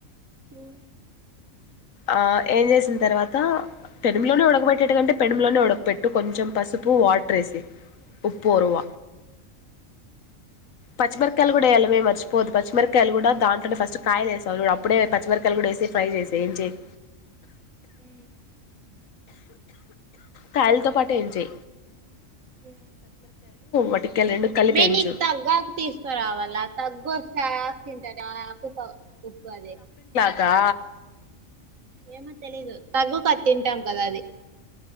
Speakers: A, on the right; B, on the left.
A: ఉ
B: ఆ వేయించేసిన తర్వాత పెనుములోనే ఉడకబెట్టేటకంటే పెనుములోనే ఉడకపెట్టు కొంచెం పసుపు వాటర్ వేసి ఉప్పు ఉరువ పచ్చిమిరకాయలు కూడా వేయలిమి మర్చి పోద్దు పచ్చిరకాయలు కూడా దాంట్లోనే ఫస్ట్ కాయలు వేసవు అప్పుడే పచ్చిమిరకాయలు కూడా వేసి ఫ్రై చేసే ఏం చేయకు
A: ఉ
B: కాయలతో పాటు వేయించే
A: ఉ
B: వటికాయలు రెండు కలిపి
A: మేనీకు
B: ఏంచు
A: తగ్గాక తీసుకురావాలా దగ్గు సాస్ తింటాద ఆకుప ఉప్పు అదే
B: తా
A: ఏమో తెలీదు తగ్గుకు తింటాం కదా అది